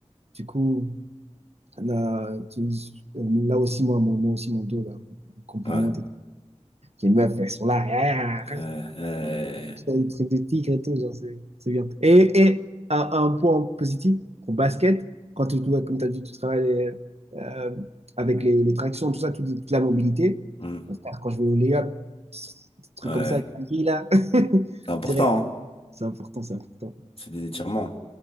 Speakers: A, on the right; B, on the left.
A: Du coup, là, tu- là aussi, moi, mon- moi aussi, mon dos, là, compliment
B: Ouais.
A: les meufs, elles sont là. ah,
B: Euh, euh,
A: Ils truc de tigre et tout, genre, c'est c'est bien. Et, et un, un point positif au basket, quand tu, ouais, comme tu as dit, tu travailles euh, avec les, les tractions, tout ça, toute, toute la mobilité.
B: mm,
A: Mon frère, quand je vais au layup, des trucs
B: ouais.
A: comme ça, avec la fille, là, <laughs>
B: C'est important,
A: direct.
B: hein.
A: C'est important, c'est important.
B: C'est des étirements.